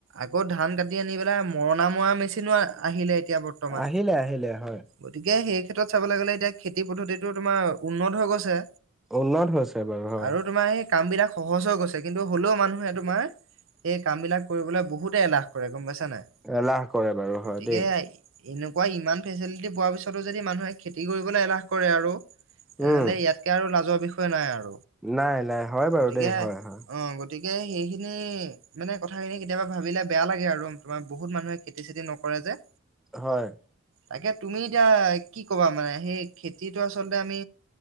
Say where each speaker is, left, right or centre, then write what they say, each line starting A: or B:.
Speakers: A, on the right; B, in the centre.
A: আকৌ ধান কাটি আনি পেলাই মৰণা মৰা মেচিনো আহিলে। বৰ্তমান
B: আহিলে, আহিলে হয়।
A: গতিকে এতিয়া সেই ক্ষেত্ৰত চাবলৈ গ'লে এতিয়া খেতি পদ্ধতিটো তোমাৰ উন্নত হৈ গৈছে।
B: উন্নত হৈছে বাৰু হয়।
A: আৰু তোমাৰ এই কাম বিলাক সহজ হৈ গৈছে কিন্তু হ'লেও মানুহে তোমাৰ এই কাম বিলাক কৰিবলৈ বহুতে এলাহ কৰে গম পাইছা। নাই
B: এলাহ কৰে বাৰু
A: গতিকে
B: হয় দেই।
A: এনেকুৱা ইমান ফেচিলিটি পোৱাৰ পিছতো যদি মানুহে খেতি কৰিবলৈ এলাহ কৰে আৰু তেনেহ'লে
B: উম
A: ইয়াতকে আৰু লাজৰ বিষয় নাই আৰু।
B: নাই, নাই হয় বাৰু
A: গতিকে
B: দেই হয় হয়।
A: অ গতিকে সেইখিনি মানে কথাখিনি কেতিয়াবা ভাবিলে বেয়া লাগে আৰু তোমাৰ বহুত মানুহে খেতি চেতি নকৰে কৰে যে।
B: হয়।
A: তাকে তুমি এতিয়া কি কবা মানে সেই খেতিটো আচলতে আমি